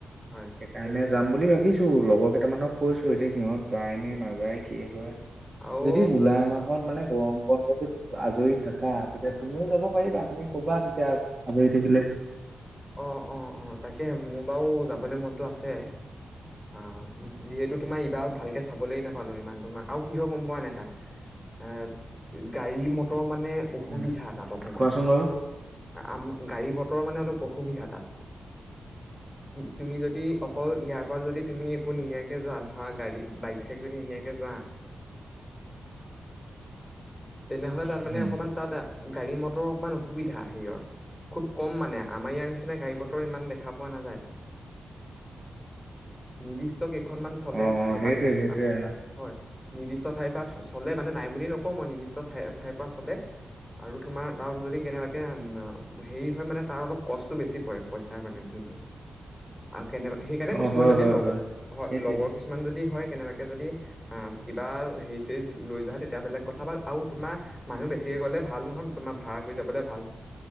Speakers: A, in the centre; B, on the right.
A: হয় হয়
B: সেইকাৰণে
A: সেইটোৱে
B: যাম বুলি ভাবিছোঁ। লগৰ কেইটামানক কৈছোঁ, এতিয়া সিহঁত যায় নে নাযায়! কি কৰে?
A: আৰু
B: যদি জুলাই মাহত মানে গৰম বন্ধটোত আজৰি থাকা, তেতিয়া তুমিও যাব পাৰিবা তুমি ক'বা তেতিয়া আজৰি থাকিলে।
A: অ' অ' অ' তাকে মোৰ বাৰু যাবলৈ মনটো আছে। অ' যিহেতু তোমাৰ ইবাৰ ভালকে চাবলে নাপালো ইমান, তোমাৰ আৰু কি হ'ল গম পোৱা নে? তাত। আ <unintelligible> গাড়ী-মট টৰ মানে অসুবিধা
B: উম,
A: তাত অকমান।
B: কোৱাচোন বাৰু।
A: আম গাড়ীবতৰ মানে অলপ অসুবিধা তাত। তুমি যদি অকল ইয়াৰ পৰা যদি তুমি একো নিনিয়াকৈ যোৱা, ধৰা গাড়ী বাইক-চাইক যদি নিনিয়াকৈ যোৱা তেনেহ'লে তাত মানে
B: উম,
A: অকণমান তাত, গাড়ী-ম টৰ অকণমান অসুবিধা হেৰিয়ত, খুব কম মানে। আমাৰ ইয়াৰ নিচিনা গাড়ী-বতৰ ইমান দেখা পোৱা নাযায়তো নিৰ্দিষ্ট কেইখনমান চলে
B: অ',
A: ঠাই
B: অ', সেইটোৱে
A: পা ঠাইত।
B: সেইটোৱে
A: হয়। নিৰ্দিষ্ট ঠাইৰ পৰা চলে মানে, নাই বুলিয়েই নকওঁ মই। নিৰ্দিষ্ট ঠাই -ঠাইৰ পৰা চলে। আৰু তোমাৰ, আৰু যদি কেনেবাকৈ হেৰি হয় মানে তাৰ অলপ কস্ততো বেছি পৰে পইচাৰ মানে, মূল্যটো। আৰু কেনেবা সেইকাৰণে
B: অ',
A: কৈছোঁ
B: হয়
A: মই, যদি
B: হয়
A: লগ
B: হয়
A: হয়,
B: সেইটোৱে।
A: লগৰ কিছুমান যদি হয়। কেনেবাকে যদি আ কিবা হেৰি-চেৰি লৈ যোৱা হয়, তেতিয়া বেলেগ কথা, বা আৰু তোমাৰ মানুহ বেছিকে গ'লে ভাল নহয়। তোমাৰ ভাড়া কৰি যাবলৈ ভাল।